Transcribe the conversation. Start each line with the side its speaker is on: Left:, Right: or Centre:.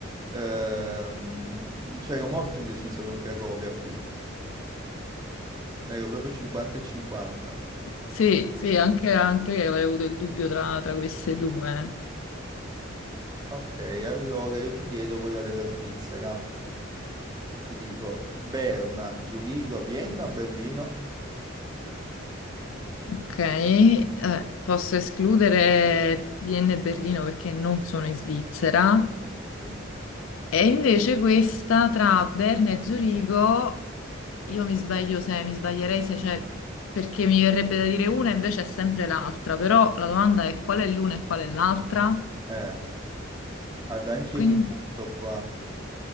Right: ehm, c'ero molto indeciso con Cracovia qui. Ero proprio 50 e 50.
Left: Sì, sì, anche, anche io avrei avuto il dubbio tra, tra queste due.
Right: Ok, allora io ti chiedo quella della Svizzera e ti dico Berna, Zurigo, Vienna, o Berlino?
Left: Ok, eh, posso escludere Vienna e Berlino perché non sono in Svizzera.
Right: Sì.
Left: E invece questa tra Berna e Zurigo, io mi sbaglio se mi sbaglierei se c'è, perché mi verrebbe da dire una, invece è sempre l'altra, però la domanda è qual è l'una e qual è l'altra?
Right: Eh, guarda, anch'io
Left: Quindi
Right: mi butto qua.